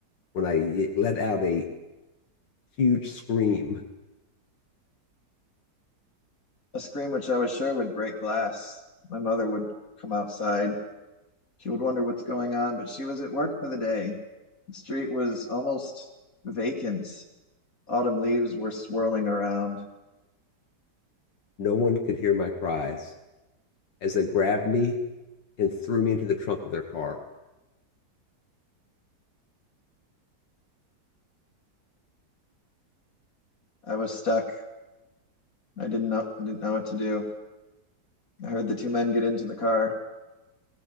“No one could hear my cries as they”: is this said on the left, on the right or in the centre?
Left